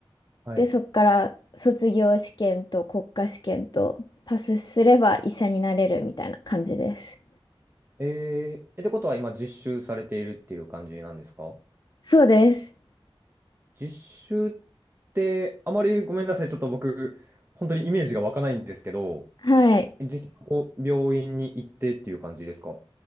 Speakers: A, on the right; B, on the left.
A: はい。
B: で、そっから卒業試験と国家試験とパスすれば医者になれるみたいな感じです。
A: えー、えってことは今実習されているっていう感じなんですか
B: そうです。
A: 実習ってあまりごめんなさい、ちょっと僕、本当にイメージが湧かないんですけど、
B: はい。
A: 実際こう病院に行ってっていう感じですか